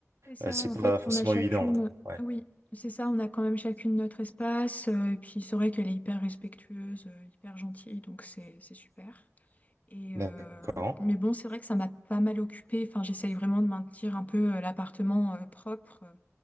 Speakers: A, on the left (about 30°); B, on the right (about 65°).
A: c'est ça,
B: euh, c'est
A: en
B: pas
A: fait,
B: forcément
A: on a chacune.
B: évident. hein. Ouais.
A: Oui, c'est ça, on a quand même chacune notre espace, euh, et puis c'est vrai qu'elle est hyper respectueuse, euh, hyper gentille, donc c'est c'est super. Et
B: D'accord.
A: euh, mais bon, c'est vrai que ça m'a pas mal occupée. Enfin, j'essaye vraiment de maintenir un peu euh, l'appartement euh, propre. euh,